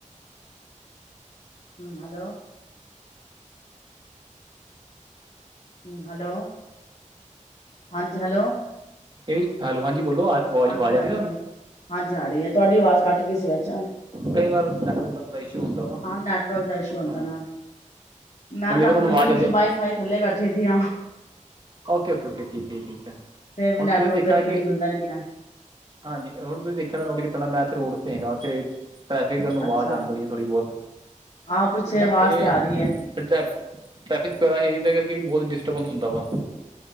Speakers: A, on the left; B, on the right.
A: ਹੂੰ, ਹੈਲੋ। ਹੂੰ ਹੈਲੋ, ਹਾਂਜੀ ਹੈਲੋ।
B: ਇਹ ਹੈਲੋ, ਹਾਂਜੀ ਬੋਲੋ ਆ। ਆਵਾਜ਼
A: ਹਾਂਜੀ-ਹਾਂਜੀ-ਹਾਂਜੀ
B: ਆਵਾਜ਼ ਆ ਰਹੀ ਤੁਹਾਨੂੰ
A: ਆ ਰਹੀ ਏ, ਤੁਹਾਡੀ ਆਵਾਜ਼ ਕੱਟ ਗਈ ਸੀ ਵਿੱਚ
B: ਕਈ ਵਾਰ ਨੈਟਵਰਕ ਦਾ ਇਸ਼ੂ ਹੁੰਦਾ ਵਾ
A: ਹਾਂ ਨੈਟਵਰਕ ਦਾ ਇਸ਼ੂ ਹੁੰਦਾ
B: ਹਾਂ
A: ਨਾ,
B: ਹੁਣ
A: ਮੈਂ ਤਾਂ
B: ਦੇਖੋ
A: ਆਪਣੇ
B: ਤੁਹਾਨੂੰ ਆਵਾਜ਼
A: ਰੂਮ
B: ਆ
A: ਚ
B: ਰਹੀ
A: ਵਾਈਫਾਈ ਥੱਲੇ ਬੈਠੀ ਦੀਆਂ।
B: ਓਕੇ-ਓਕੇ-ਓਕੇ ਠੀਕ ਐ ਜੀ ਠੀਕ ਐ
A: ਫੇਰ ਵੀ
B: ਹੁਣ
A: ਨੈਟਵਰਕ
B: ਤੁਸੀਂ ਦੇਖਣਾ
A: ਕਦੀ ਕਦੀ
B: ਕਿ
A: ਮਿਲਦਾ ਹੀ ਨਹੀਂ ਹੈ
B: ਹਾਂਜੀ, ਹੁਣ ਤੁਸੀਂ ਦੇਖਿਆ ਹੋਣਾ ਨੋਟ ਕੀਤਾ ਹੋਣਾ ਮੈ ਤੇ ਰੋਡ ਤੇ ਹੈਗਾ ਤੇ ਟ੍ਰੈਫਿਕ ਤੁਹਾਨੂੰ ਆਵਾਜ਼
A: ਅੱਛਾ
B: ਆਂਦੀ ਹੋਣੀ ਥੋੜੀ ਬਹੁਤ
A: ਆਹ ਪਿੱਛੇ
B: ਹਨਾ
A: ਆਵਾਜ਼
B: ਇਹ
A: ਤੇ ਆ
B: ਫਿਰ
A: ਰਹੀ ਹੈ
B: ਟੈ ਟ੍ਰੈਫਿਕ ਵੈਗੇਰਾ ਇ ਇਹਦਾ ਕਰਕੇ ਵੀ ਬਹੁਤ ਡਿਸਟਰਬੈਂਸ ਹੁੰਦਾ ਵਾ